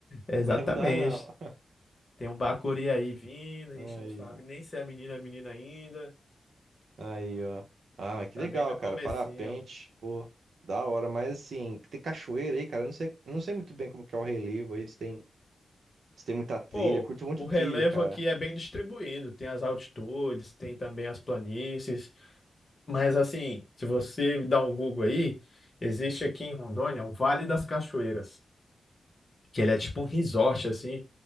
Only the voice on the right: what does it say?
Agora
não dá, não.
Aí,
aí, ó. Ah, mas que
legal,
cara.
Parapente, pô, da hora. Mas assim, tem cachoeira aí, cara. Eu não sei, eu não sei muito bem como que é o relevo aí. Se tem, se tem muita trilha.
Eu Curto muito
trilha, cara.